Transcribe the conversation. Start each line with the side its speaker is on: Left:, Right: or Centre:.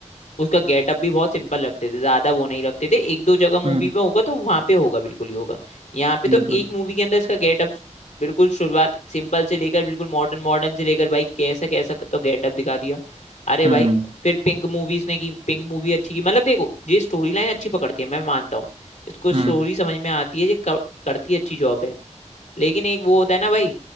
Left: उसका गेटअप भी बहुत सिंपल रखते थे ज्यादा वो नहीं रखते थे एक दो जगह मूवी
Right: हम्म
Left: में होगा तो वहां पे होगा बिल्कुल ही होगा यहाँ पे
Right: बिल्कुल
Left: तो एक मूवी के अंदर इसका गेटअप बिल्कुल शुरुआत सिंपल से लेकर बिल्कुल मॉडर्न मॉडर्न से लेकर भाई कैसा कैसा तो गेटअप दिखा दिया अरे
Right: हम्म
Left: भाई फिर पिंक मूवी इसने की पिंक मूवी अच्छी की मतलब देखो ये स्टोरी लाइन अच्छी पकड़ती है मैं मानता हूँ इसको
Right: हम्म
Left: स्टोरी समझ में आती है ये कर- करती है अच्छी जॉब है लेकिन एक वो होता है ना भाई